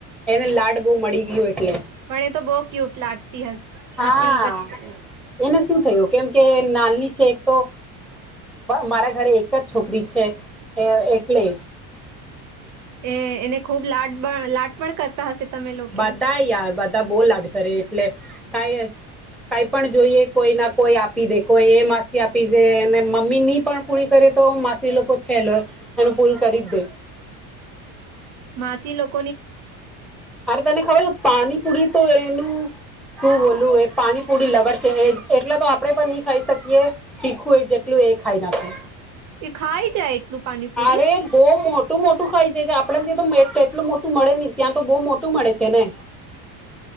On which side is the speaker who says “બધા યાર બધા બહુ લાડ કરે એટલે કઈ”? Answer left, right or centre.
Centre